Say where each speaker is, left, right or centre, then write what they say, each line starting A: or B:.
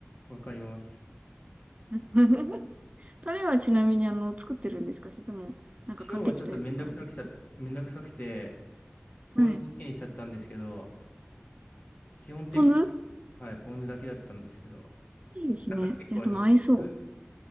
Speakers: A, on the left; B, on the right.
A: わかります。
B: <laughs> タレはちなみにあの、作ってるんですかそれとも、なんか買ってきたやつがあるんですか
A: 今日はちょっとめんどくさくしちゃ、めんどくさくて、ポン酢だけにしちゃったんですけど、
B: はい。
A: 基本的に、
B: ポン酢
A: はい、ポン酢だけだったんですけど、
B: いいですね。
A: なんか結構日本風、
B: いや、でも合いそ